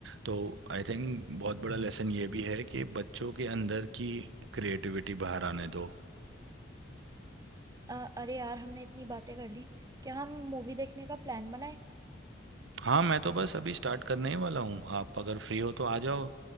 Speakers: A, on the right; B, on the right.
A: तो आई थिंक बहुत बड़ा लेसन ये भी है कि बच्चों के अंदर की क्रिएटिविटी बाहर आने दो
B: अ, अरे यार हमने इतनी बातें कर ली क्या हम मूवी देखने का प्लान बनाए
A: हाँ मैं तो बस अभी स्टार्ट करने ही वाला हूँ आप अगर फ्री हो तो आ जाओ